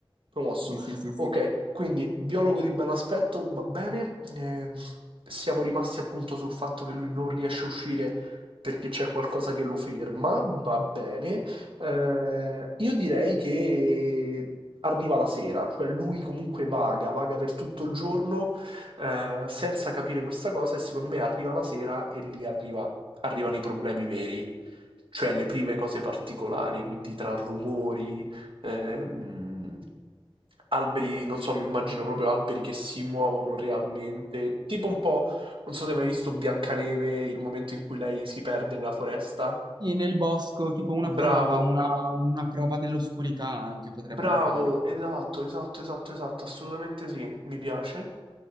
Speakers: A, on the right (about 65°); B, on the right (about 50°).
A: promosso.
B: Sì, sì, sì, sì.
A: Ok, quindi biologo di bell'aspetto, va bene. eh, siamo rimasti appunto sul fatto che lui non riesce a uscire perché c'è qualcosa che lo ferma, va bene. Eh, io direi che arriva la sera, cioè lui comunque vaga, vaga per tutto il giorno, eh, senza capire questa cosa e secondo me arriva la sera e lì arriva- arrivano i problemi veri cioè le prime cose particolari, quindi tra rumori, ehm, alberi, non so, mi immagino proprio alberi che si muovono realmente, tipo un po', non so se hai mai visto Biancaneve, il momento in cui lei si perde nella foresta.
B: Sì, nel bosco, tipo una
A: Bravo,
B: prova, una, una prova nell'oscurità anche potremmo
A: bravo,
B: fare.
A: esatto, esatto, esatto, esatto, assolutamente sì, mi piace.